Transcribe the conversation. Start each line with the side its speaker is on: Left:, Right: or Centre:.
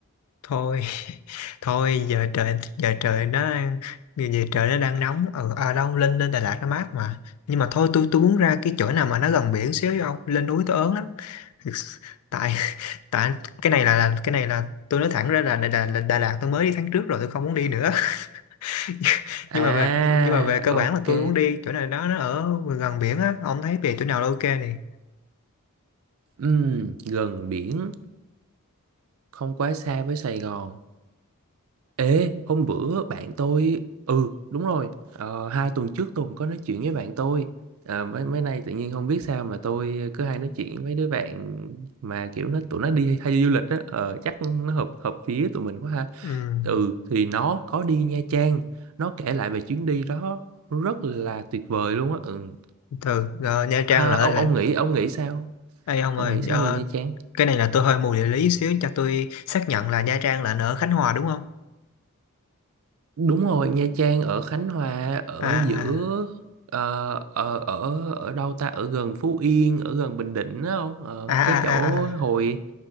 Left: thôi <laughs> thôi giờ trời giờ trời nó giờ giờ trời nó đang nóng ở à đâu lên lên Đà Lạt nó mát mà nhưng mà thôi tôi tôi muốn ra cái chỗ nào mà nó gần biển xíu với ông lên núi tôi ớn lắm <laughs> tại tại cái này là, là cái này là tôi nói thẳng ra là Đà, Đà, Đà Lạt tôi mới đi tháng trước rồi tôi không muốn đi nữa <laughs>
Right: À,
Left: nhưng mà về nhưng mà về cơ bản
Right: ok.
Left: là tôi muốn đi chỗ này đó nó ở gần biển á ông thấy về chỗ nào là ok này
Right: Ừm, gần biển, không quá xa với Sài Gòn. Ê, hôm bữa bạn tôi... Ừ, đúng rồi. Ờ, hai tuần trước tôi cũng có nói chuyện với bạn tôi. Ờ, mấy mấy nay tự nhiên không biết sao mà tôi cứ hay nói chuyện với mấy đứa bạn mà kiểu nó tụi nó đi hay đi du lịch á. Ờ, chắc nó hợp hợp phía tụi mình quá ha.
Left: ừ
Right: Ừ thì nó có đi Nha Trang Nó kể lại về chuyến đi đó Rất là tuyệt vời luôn á ừ.
Left: từ rồi Nha
Right: ha,
Left: Trang lại
Right: ông
Left: là
Right: ông nghĩ ông nghĩ sao
Left: Ê ông
Right: Ông
Left: ơi
Right: nghĩ sao
Left: ờ,
Right: về Nha Trang
Left: cái này là tôi hơi mù địa lý xíu cho tôi xác nhận là Nha Trang là ở Khánh Hòa đúng không
Right: đúng rồi Nha Trang ở Khánh Hòa ở
Left: à à
Right: giữa ờ, ở ở ở đâu ta ở gần Phú Yên ở gần Bình Định đó không Ờ,
Left: à à,
Right: cái chỗ
Left: à. à. à.
Right: hồi